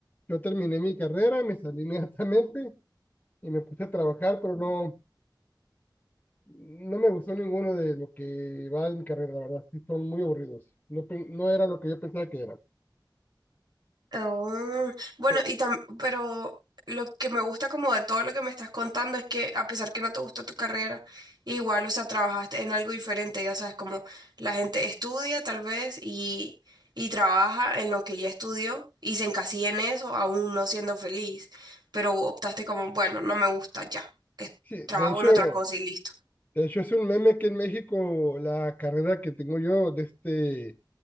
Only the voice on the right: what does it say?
Oh, Bueno,
y tam- pero lo que me gusta como de todo lo que me estás contando es que a pesar que no te gustó tu carrera, igual, o sea, trabajaste en algo diferente, ya sabes, como la gente estudia tal vez y, y trabaja en lo que ya estudió y se encasilla en eso, aún no siendo feliz, pero optaste como, bueno, no me gusta ya, es-
trabajo
en otra cosa y listo.